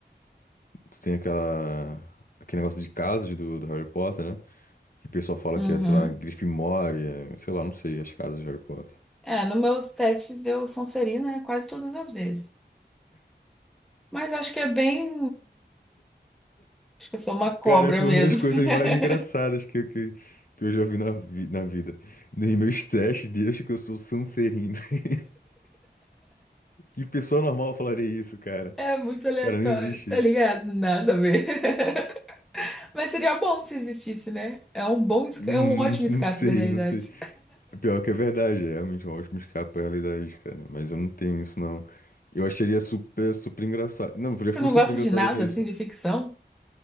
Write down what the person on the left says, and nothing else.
Tu tem aquela. Aquele negócio de casas do, do Harry Potter, né? Que o pessoal fala
que é, sei lá, Grifinória, sei lá, não sei, as casas de Harry Potter.
Cara, essa é
uma das coisas
mais engraçadas que, eu- que, que eu já vi na, vi- na vida. Nos meus testes, desde que eu sou Sonserino. <laughs> Que pessoa normal falaria isso, cara?
Cara, não existe
isso.
Hum,
não sei,
não sei. É Pior que é verdade, é realmente uma ótima escapa à realidade, cara. Mas eu não tenho isso, não. Eu acharia super, super engraçado. Não, já foi
super
engraçado
ouvir isso.